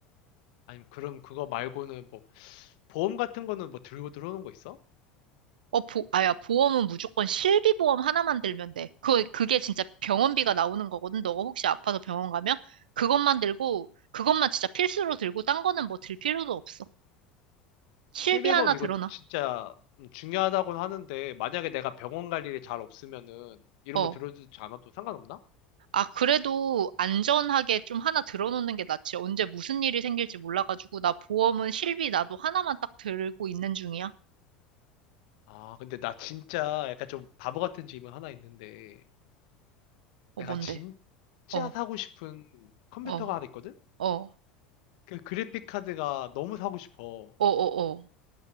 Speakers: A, on the left; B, on the right.
A: 아니면 그럼 그거 말고는 뭐 보험 같은 거는 뭐 들고 들어오는 거 있어?
B: 어, 보, 아야, 보험은 무조건 실비보험 하나만 들면 돼. 그, 그게 진짜 병원비가 나오는 거거든. 너가 혹시 아파서 병원 가면? 그것만 들고, 그것만 진짜 필수로 들고, 딴 거는 뭐 들 필요도 없어. 실비
A: 실비보험
B: 하나 들어놔.
A: 이거 진짜 중요하다고는 하는데 만약에 내가 병원 갈 일이 잘 없으면은 이런
B: 어.
A: 거 들어주지 않아도 상관없나?
B: 아, 그래도 안전하게 좀 하나 들어놓는 게 낫지. 언제 무슨 일이 생길지 몰라가지고, 나 보험은 실비 나도 하나만 딱 들고 있는 중이야.
A: 아, 근데 나 진짜 약간 좀 바보 같은 질문 하나 있는데
B: 어,
A: 내가
B: 뭔데?
A: 진짜
B: 어,
A: 사고 싶은 컴퓨터가
B: 어,
A: 하나 있거든?
B: 어,
A: 그 그래픽 카드가 너무 사고 싶어.
B: 어, 어, 어,